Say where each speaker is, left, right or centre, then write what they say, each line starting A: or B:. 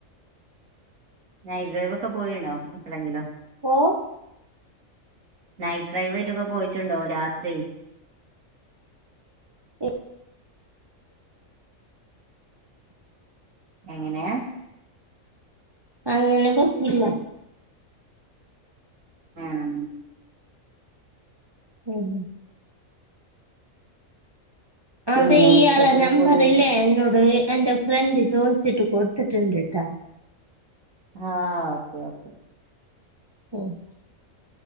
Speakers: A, on the right; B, on the right.
A: നൈറ്റ് ഡ്രൈവ് ഒക്കെ പോയിനോ എപ്പളെങ്കിലും
B: ഓ
A: നൈറ്റ് ഡ്രൈവായിട്ടൊക്കെ പോയിറ്റ്ണ്ടോ രാത്രി
B: എ <unintelligible> എ
A: എങ്ങനെയാ
B: അങ്ങനെ പോയ്റ്റ്ല്ല
A: ആഹ
B: ഉം
A: പിന്നെ
B: അതെ ഇയാളെ
A: ഉച്ചക്ക്
B: നമ്പറില്ലെ
A: സ്കൂളിലേക്ക്
B: എന്നോട് എന്റെ ഫ്രണ്ട് ചോദിച്ചിട്ട് കൊട്ത്തിട്ട്ണ്ട്ട്ടാ
A: ആഹ ഓക്കെ ഓക്കേ.
B: ഉം